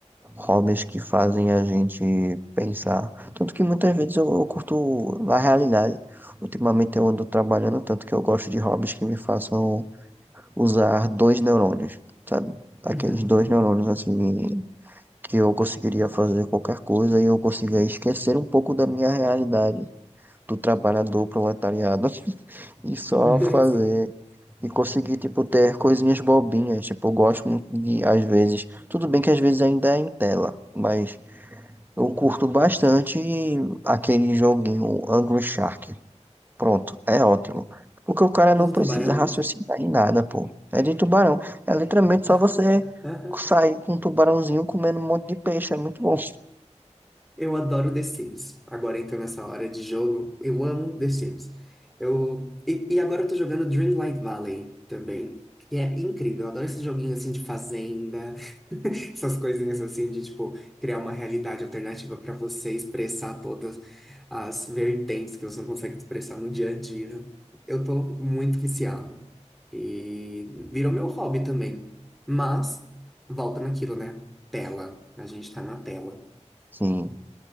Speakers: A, on the right; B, in the centre.
A: hobbies que fazem a gente pensar. Tanto que muitas vezes eu, eu curto, na realidade, ultimamente eu ando trabalhando tanto que eu gosto de hobbies que me façam usar dois neurônios, sabe? Aqueles
B: Uhum.
A: dois neurônios assim que eu conseguiria fazer qualquer coisa e eu consiga esquecer um pouco da minha realidade do trabalhador proletariado <laughs> e só
B: <laughs>
A: fazer
B: Sim.
A: e conseguir, tipo, ter coisinhas bobinhas. Tipo, eu gosto muito de, às vezes, tudo bem que às vezes ainda é em tela, mas eu curto bastante aquele joguinho Angry Shark. Pronto, é ótimo. Porque o cara
B: Tal
A: não
B: do
A: precisa
B: tubarão?
A: raciocinar em nada, pô. É de tubarão. É literalmente
B: Aham,
A: só você
B: aham.
A: sair com um tubarãozinho comendo um monte de peixe. É muito bom.
B: Eu adoro The Sims. Agora então nessa hora de jogo, eu amo The Sims. Eu... E, e agora eu tô jogando Dreamlight Valley também, que é incrível. Eu adoro esse joguinho assim de fazenda. Essas coisinhas assim de tipo criar uma realidade alternativa pra você expressar todas as vertentes que você não consegue expressar no dia a dia. Eu tô muito viciado. E virou meu hobby também. Mas volta naquilo, né? Tela. A gente tá na tela.
A: Sim,